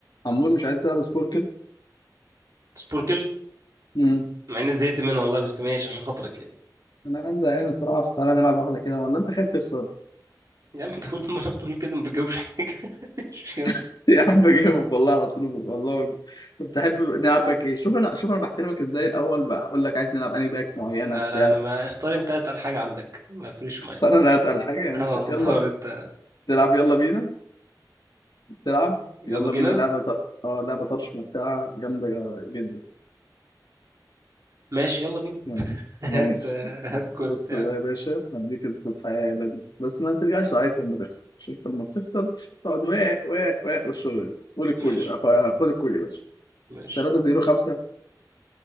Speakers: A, on the left (about 65°); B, on the right (about 45°).
A: عمول مش عايز تلعب سبوركل
B: سبوركل
A: مم.
B: مع اني زهقت منها والله بس ماشي عشان خاطرك يعني
A: انا قاعد زهقان الصراحه فتعالى نلعب واحده كده ولا انت خايف تخسر
B: يا عم انت كل <laughs> مره بتقول كده ما بتجاوبش حاجه <laughs> يلا
A: <laughs> يا عم بجاوب والله على طول والله طب تحب نلعب باك ايه شوف انا شوف انا بحترمك ازاي الاول بقول لك عايز نلعب انهي باك معينه
B: لا
A: بتاع
B: لا انا ما اختار انت اتقل حاجه عندك ما فريش معايا
A: فانا انا اتقل حاجه يعني
B: <laughs> اه
A: ش-
B: اختار
A: يلا
B: انت
A: تلعب يلا بينا تلعب
B: يلا
A: يلا
B: بينا
A: بينا لعبه ط- اه لعبه طرش ممتعه جامده جدا
B: ماشي يلا بينا
A: يعني
B: <laughs> هات
A: ماشي
B: هات كل
A: بص
B: بتاع
A: بقى يا باشا هديك الحياة دي بس ما ترجعش تعيط لما تخسر عشان انت لما بتخسر تقعد واق واق واق والشغل ده قول الكود
B: ماشي
A: أخ- خد الكود يا باشا
B: ماشي
A: 3 0 5